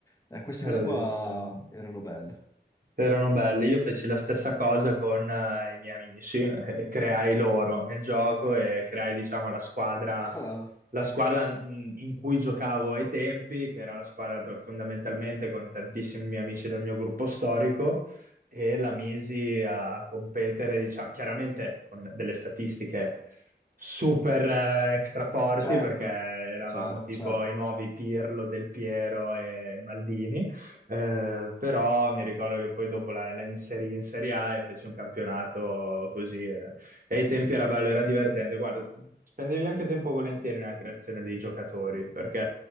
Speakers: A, on the left; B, on the right.
A: Eh, queste
B: era
A: cose qua
B: divertente.
A: erano belle.
B: Erano belle, io feci la stessa cosa con eh, i miei amici, eh, e creai loro nel gioco e creai, diciamo, la squadra,
A: <laughs> Ah,
B: la squadra mh, in cui giocavo ai tempi, che era la squadra per- fondamentalmente con tantissimi miei amici del mio gruppo storico, e la misi a competere, diciamo, chiaramente con delle statistiche super eh, extra forti,
A: certo,
B: perché eravamo
A: certo,
B: tipo
A: certo.
B: i nuovi Pirlo, Del Piero e Maldini eh, però mi ricordo che poi dopo la, la inserì in Serie A e fece un campionato così eh. e ai tempi era bello, era divertente. Guarda, spendevi anche tempo volentieri nella creazione dei giocatori perché